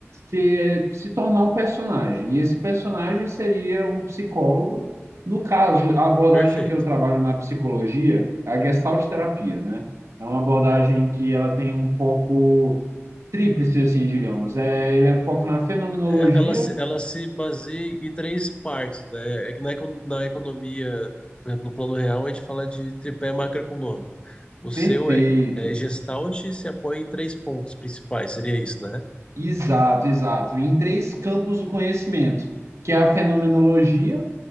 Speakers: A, on the right; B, on the left.
A: se, se tornar um personagem. E esse personagem seria um psicólogo. No caso, a abordagem
B: Perfeito.
A: que eu trabalho na psicologia é a gestalt terapia, né? É uma abordagem que ela tem um pouco tríplice, assim, digamos. É, ele é foco na fenomenologia,
B: é- ela se, ela se baseia em três partes, né? É que na, econ- na economia, por exemplo, no plano real, a gente fala de tripé macroeconômico. O seu
A: perfeito.
B: é, é Gestalt e se apoia em três pontos principais, seria isso, né?
A: Exato, exato. Em três campos do conhecimento, que é a fenomenologia,